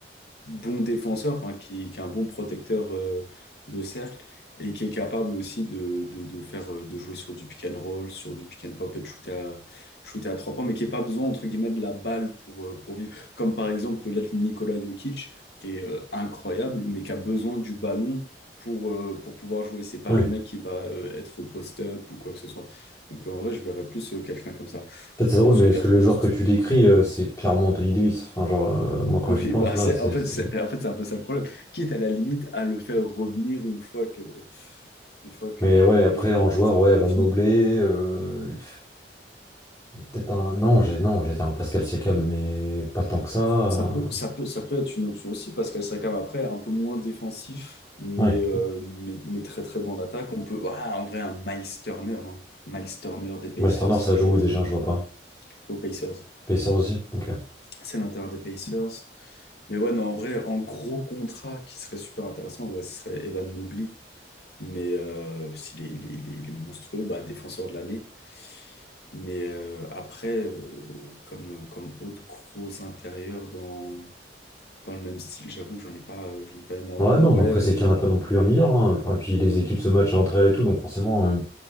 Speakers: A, on the left (about 65°); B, on the left (about 20°).
A: bon défenseur, enfin, qui, qui est un bon protecteur euh, de cercle et qui est capable aussi de, de, de faire, euh, de jouer sur du pick and roll, sur du pick and pop et de shooter à, shooter à trois points, mais qui n'a pas besoin, entre guillemets, de la balle pour, euh, pour vivre. Comme par exemple, peut-être Nikola Jokic qui est euh, incroyable, mais qui a besoin du ballon pour, euh, pour pouvoir jouer. C'est pas
B: Oui.
A: le
B: En
A: mec qui va euh, être au post-up ou quoi que ce soit. Donc en vrai, je verrais plus euh, quelqu'un comme ça.
B: fait, c'est
A: Un
B: drôle,
A: poste
B: mais parce
A: quatre
B: que le
A: un
B: joueur
A: poste
B: que tu
A: 5.
B: décris,
A: <laughs>
B: euh, c'est clairement Anthony Davis. Enfin, genre, euh, moi, quand
A: Oui,
B: j'y pense,
A: bah
B: là,
A: c'est
B: c'est.
A: en fait
B: c'est-
A: c'est en fait c'est un peu ça le problème. Quitte à la limite à le faire revenir une fois que une fois que
B: Mais
A: le,
B: ouais, après, en
A: le
B: joueur,
A: contrat de
B: ouais,
A: LeBron
B: Van
A: est fini.
B: Mobley, euh, peut-être un. Non, j'ai non, j'allais dire un Pascal Siakam, mais pas tant que ça.
A: Ça peut, ça peut, ça peut être une option aussi parce qu'elle s'accame après un peu moins défensif, mais,
B: euh, Ouais.
A: euh, mais, mais très très bon en attaque. On peut, voilà, en vrai, un Miles Turner, hein. Miles Turner des Pacers,
B: Miles Turner,
A: ça
B: ça joue
A: peut être
B: où déjà?
A: pas mal.
B: Je vois pas.
A: Aux Pacers,
B: Pacers aussi, ok.
A: c'est l'intérieur des Pacers. Mais ouais, non, en vrai, en gros contrat qui serait super intéressant, ouais, ce serait Evan Mobley. Mais euh, s'il est, il est, il est- il est monstrueux, bah, défenseur de l'année. Mais euh, après, euh, comme, comme autre gros intérieur dans dans le même style, j'avoue, j'en ai pas, euh, j'en ai pas énormément.
B: Ouais, non,
A: Ouais,
B: bah après,
A: euh,
B: c'est qu'il n'y en a pas non plus un milliard. hein. Enfin, et puis les équipes se matchent entre elles et tout, donc forcément. euh,